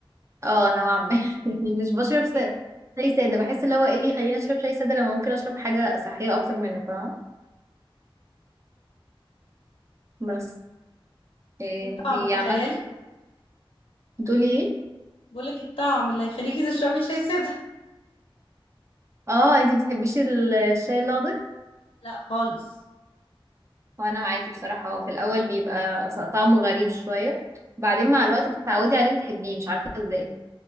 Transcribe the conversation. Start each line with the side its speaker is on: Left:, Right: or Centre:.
Right: اه نوعا ما <laughs> يعني مش بشرب
Left: اوكي
Right: سا- شاي سادة بحس اللي هو ايه اللي يخليني اشرب شاي سادة لما ممكن اشرب حاجة صحية اكتر منه فاهمة بس إيه،
Left: الطعم
Right: انتي
Left: تخيلي
Right: عامة بتقولي ايه
Left: بقولك الطعم اللي هيخليكي تشربي شاي ساده
Right: اه انتي بتحبيش ال- الشاي الأخضر
Left: لا خالص
Right: وانا معاكي بصراحة هو في الاول بيبقى ص- طعمه غريب شوية بعدين مع الوقت بتتعودي عليه وتحبيه مش عارفة ازاي